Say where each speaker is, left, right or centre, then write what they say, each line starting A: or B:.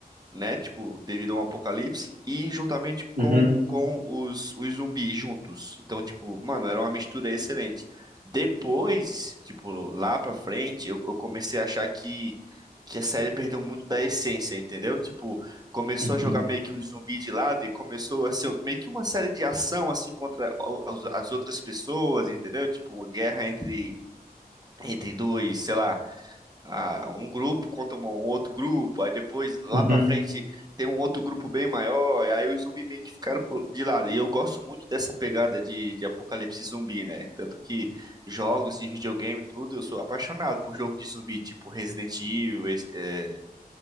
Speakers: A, on the right; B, on the right.
A: né? Tipo, devido a um apocalipse, e juntamente
B: Uhum,
A: com, com os, os zumbis juntos. Então, tipo, mano, era uma mistura excelente. Depois, tipo, lá pra frente, eu, eu comecei a achar que, que a série perdeu muito da essência, entendeu? Tipo, começou
B: uhum,
A: a jogar meio que os zumbis de lado e começou a ser meio que uma série de ação, assim, contra o- as as outras pessoas, entendeu? Tipo, uma guerra entre entre dois, sei lá, ah, um grupo contra um outro grupo, aí depois lá
B: uhum.
A: pra frente tem um outro grupo bem maior, e aí os zumbis meio que ficaram pro- de lado. E eu gosto muito dessa pegada de, de apocalipse zumbi, né? Tanto que jogos de videogame e tudo, eu sou apaixonado por jogo de zumbi, tipo Resident Evil, es- é,